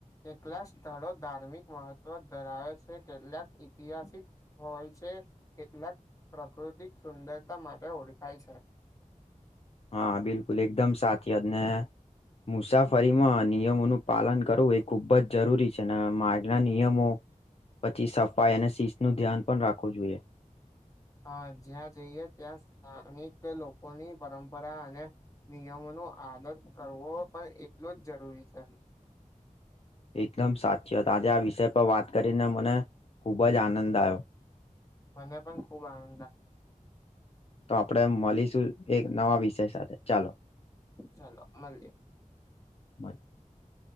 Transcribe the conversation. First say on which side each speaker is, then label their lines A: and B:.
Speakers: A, on the left; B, on the left.
A: કેટલાક સ્થળો ધાર્મિક મહત્વ ધરાવે છે. કેટલાક ઈતિહાસિક. હોય છે. કેટલાક પ્રાકૃતિક સુંદરતા માટે ઓળખાય છે.
B: હા બિલકુલ એકદમ સાચી વાત ને. મુસાફરીમાં નિયમોનું પાલન કરવું એ ખૂબ જ જરૂરી છે ને માગના નિયમો પછી સફાઈ અને શિસ્ત નું ધ્યાન પણ રાખવું જોઈએ.
A: હ જ્યાં જઈએ ત્યાં સ્થાનિક લોકોની પરંપરા અને નિયમો નુ આદત કરવો પણ એટલો જ જરૂરી છે.
B: <inaudible> એકદમ સાચી વાત આજે આ વિષય પર વાત કરીને મને ખૂબ જ આનંદ આવ્યો.
A: મને પણ ખુબ આનંદ આ
B: તો આપડે મળીશું એક નવા વિષય સાથે ચાલો.
A: ચાલો મળીએ.
B: <inaudible>